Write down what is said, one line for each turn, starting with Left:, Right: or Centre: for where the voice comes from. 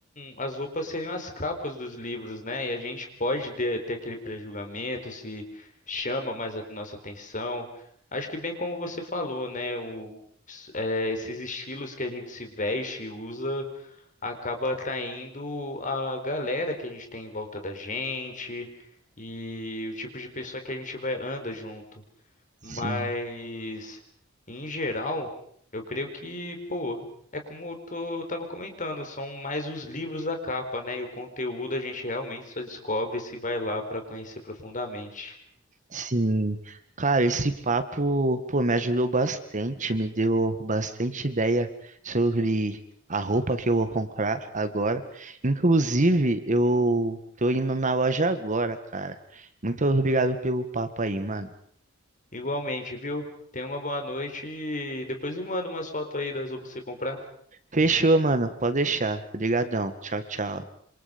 Left: as roupas seriam as capas dos livros, né? E a gente pode de- ter aquele pré-julgamento se chama mais a nossa atenção. Acho que bem como você falou, né? O, s- eh, esses estilos que a gente se veste e usa acaba atraindo a galera que a gente tem em volta da gente e o tipo de pessoa que a gente vai anda junto. Mas,
Right: Sim.
Left: em geral, eu creio que, pô, é como eu, tô, eu tava comentando, são mais os livros da capa, né? E o conteúdo a gente realmente só descobre se vai lá pra conhecer profundamente.
Right: Sim, cara, esse papo, pô, me ajudou bastante, me deu bastante ideia sobre a roupa que eu vou comprar agora. Inclusive, eu tô indo na loja agora, cara. Muito obrigado pelo papo aí, mano.
Left: Igualmente, viu? Tenha uma boa noite e depois me manda umas fotos aí das roupas pra você comprar.
Right: Fechou, mano. Pode deixar. Obrigadão. Tchau, tchau.